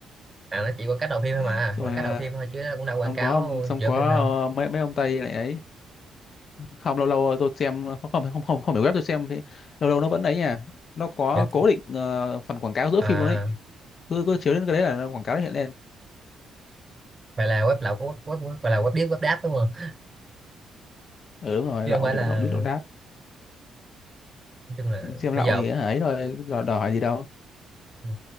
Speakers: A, on the right; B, on the left.
A: <laughs> à nó chỉ quảng cáo đầu phim thôi
B: <laughs>
A: mà
B: xong
A: quảng
B: rồi
A: cáo
B: ờ,
A: đầu phim thôi chứ nó cũng đâu quảng
B: xong
A: cáo
B: có ông- xong
A: giữa
B: có
A: phim đâu
B: ờ, mấy mấy ông Tây lại ấy không lâu lâu tôi xem không không không không, không phải web tôi xem thì lâu lâu nó vẫn ấy nha nó có
A: giữa
B: cố định ờ, phần quảng cáo giữa
A: à
B: phim luôn đấy cứ cứ chiếu đến cái đấy là nó quảng cáo nó hiện lên
A: vậy là web lậu của web, web, web, là web điếc web đáp đúng không
B: ừ đúng rồi
A: chứ
B: lậu
A: không phải
B: thì
A: là
B: cũng lậu đít lậu đát
A: nói chung là
B: xem
A: bây
B: lậu
A: giờ
B: thì ấy rồi đòi, đòi gì đâu
A: ừ.